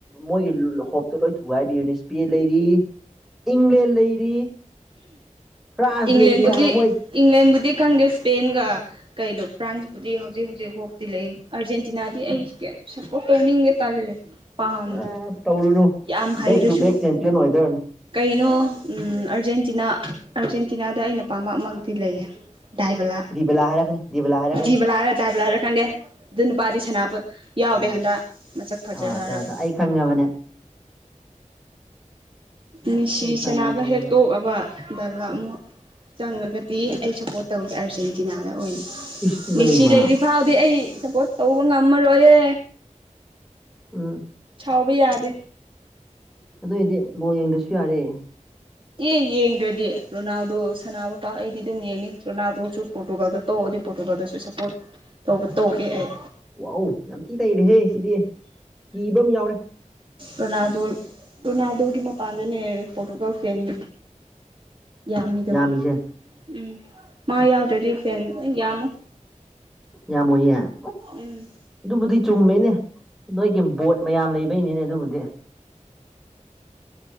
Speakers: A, in the centre; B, on the right.
A: ꯃꯣꯏꯒꯤ ꯍꯣꯞꯇꯣ ꯂꯣꯏ ꯊꯨꯒꯥꯏꯕꯤꯌꯨꯅꯦꯄꯦ ꯂꯩꯔꯤ ꯏꯪꯪꯂꯦ ꯂꯩꯔꯤ ꯐ꯭ꯔꯥꯟꯁ
B: ꯏꯪꯂꯦꯟꯕꯨꯗꯤ
A: ꯂꯩꯔꯤ ꯍꯥꯏꯕ ꯃꯣꯏ
B: ꯏꯪꯂꯦꯟꯕꯨꯗꯤ ꯈꯪꯗꯦ ꯏꯁꯄꯦꯟꯒ ꯀꯩꯅꯣ ꯐ꯭ꯔꯥꯟꯁꯄꯨꯗꯤ ꯍꯧꯖꯤꯛ ꯍꯧꯖꯤꯛ ꯍꯣꯛꯇꯤ ꯂꯩ ꯑꯥꯔꯖꯦꯟꯇꯤꯅꯥꯗꯤ ꯑꯩ ꯀꯩ ꯁꯞꯄꯣꯔꯠ ꯇꯧꯅꯤꯡꯒꯦ ꯇꯥꯜꯂꯦ ꯄꯥꯝꯗꯦ
A: ꯑ ꯇꯧꯔꯨꯅꯨ
B: ꯌꯥꯝ
A: ꯕꯦꯛ
B: ꯍꯩꯔꯁꯨ
A: ꯇꯨ ꯕꯦꯛ ꯆꯦꯝꯄꯤꯌꯟ ꯑꯣꯏꯗꯣꯏꯔꯅꯦ
B: ꯀꯩꯅꯣ ꯎꯝ ꯑꯔꯖꯦꯟꯇꯤꯅꯥ ꯑꯔꯖꯦꯟꯇꯤꯅꯥꯗ ꯑꯩꯅ ꯄꯥꯝꯕꯃꯛꯇꯤ ꯂꯩꯌꯦ ꯗꯥꯥꯏꯕꯂꯥ
A: ꯗꯤꯕꯂꯥ ꯍꯥꯏꯔꯛꯀꯅꯤ ꯗꯤꯕꯂꯥ ꯍꯥꯏꯔꯛꯀꯅꯤ
B: ꯤꯕꯂꯔ ꯗꯗꯥꯥꯏꯕꯂꯥꯔ ꯀꯗꯤꯦ ꯑꯗꯨ ꯅꯨꯄꯥꯗꯤ ꯁꯅꯥꯅꯕ ꯌꯥꯎꯗꯦ
A: ꯑꯥ
B: ꯍꯟꯗꯛ ꯃꯁꯛ ꯐꯖꯩꯦ
A: ꯑꯥ
B: ꯍꯥꯏꯔꯒ
A: ꯇꯥ ꯇꯥ ꯑꯩ ꯈꯪꯉꯕꯅꯦ
B: ꯅꯤꯁꯤ
A: ꯑꯩ ꯈꯪꯉꯕꯅꯦꯕ
B: ꯆꯅꯕ ꯍꯦꯛ ꯇꯣꯛꯑꯕ ꯑꯗꯨꯒ ꯑꯃꯨꯛ ꯆꯪꯉꯒꯗꯤ ꯑꯩ ꯁꯞꯄꯣꯔꯠ ꯇꯧꯒꯦ ꯑꯔꯖꯦꯟꯇꯤꯅꯥꯗ ꯑꯣꯏ
A: ꯏꯁ ꯏꯃꯩꯃꯥ
B: ꯃꯤꯦꯁꯤ ꯂꯩꯔꯤ ꯐꯥꯎꯗꯤ ꯑꯩ ꯁꯄꯣ ꯇꯧꯕ ꯉꯃꯜꯔꯣꯔꯦ
A: ꯑ
B: ꯁꯥꯎꯕ ꯌꯥꯗꯦ
A: ꯑꯗꯨꯑꯣ ꯑꯣꯏꯏꯗꯤ ꯣ ꯌꯦꯡꯗ꯭ꯔꯁꯨ ꯌꯥꯔꯦ
B: ꯑꯦ ꯌꯦꯡꯗ꯭ꯔꯗꯤ ꯔꯣꯅꯥꯜꯗꯣ ꯁꯅꯥ ꯃꯄꯥꯥ ꯑꯩꯗꯤ ꯑꯗꯨꯝ ꯌꯦꯡꯅꯤ ꯔꯣꯅꯥꯜꯗꯣꯁꯨ ꯄꯣꯔꯇꯨꯒꯥꯜꯗ ꯇꯧꯑꯣ ꯑ ꯄ꯭ꯔꯣꯇꯣꯒꯗꯁꯨ ꯁꯞꯄꯣꯔꯠ ꯇꯧꯕ ꯇꯧꯒꯦ ꯑꯩ
A: ꯋꯥꯎ ꯌꯥꯝ ꯊꯤ ꯇꯩꯔꯦꯍꯦ ꯁꯤꯗꯤ ꯀꯤꯕ ꯑꯃ ꯌꯥꯎꯔꯦ
B: ꯔꯣꯅꯥꯜꯗꯣ ꯔꯣꯅꯥꯜꯗꯣ ꯀꯃ ꯄꯥꯟꯖꯅꯦ ꯄꯣꯣꯔꯇꯨꯒꯜ ꯐꯅꯤ ꯌꯥꯝꯃꯤꯗꯣ
A: ꯌꯥꯝꯃꯤꯁꯦ
B: ꯎꯝ ꯃꯥ ꯌꯥꯎꯗ꯭ꯔꯗꯤ ꯐꯦꯟ ꯑꯦ ꯌꯥꯝꯃꯨ
A: ꯌꯥꯝꯨꯦ ꯑꯣ
B: ꯎꯝ
A: ꯑꯗꯨꯕꯨꯗꯤ ꯆꯨꯝꯃꯤꯅꯦ ꯅꯣꯏꯒꯤ ꯕꯣꯠ ꯃꯌꯥꯝ ꯂꯩꯕꯩꯅꯤꯅꯦ ꯑꯗꯨꯕꯨꯗꯤ